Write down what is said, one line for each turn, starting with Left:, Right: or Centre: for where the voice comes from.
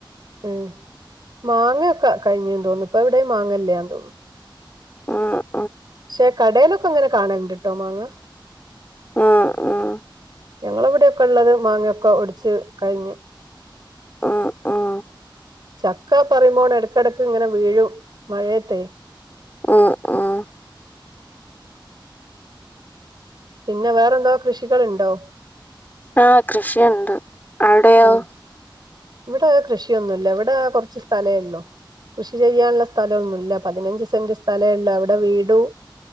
Right: ഉം മാങ്ങൊക്കെ കഴിഞ്ഞൂന്ന് തോന്നുന്നു ഇപ്പ എവിടെയും മാങ്ങല്ലാന്ന് തോന്നുന്നു.
Left: ആഹ്
Right: ക്ഷേ കടേലൊക്കെങ്ങനെ കാണ് ണ്ട്ട്ടോ മാങ്ങ.
Left: ആഹ് ആഹ്
Right: ഞങ്ങളിവിടൊക്കെള്ളത് മാങ്ങയൊക്കെ ഒടിച്ച് കഴിഞ്ഞ്.
Left: ആഹ് ആഹ്
Right: ചക്കാ പറയുമ്പോണ് എടക്കെടക്ക്ങ്ങനെ വീഴും മഴയത്തെ.
Left: ആഹ് ആഹ്
Right: പിന്നെ വേറെന്താ കൃഷികള്ണ്ടോ?
Left: ആഹ് കൃഷിയുണ്ട്. അവിടെയോ
Right: ഉം ഇവിടെ കൃഷിയൊന്നുല്ല ഇവിടേ കൊറച്ച് സ്ഥലേ ഒള്ളൂ. കൃഷി ചെയ്യാള്ള സ്ഥലൊന്നുല്ല പതിനഞ്ച് സെന്റ് സ്ഥലേള്ളൂ അവിടെ വീടും.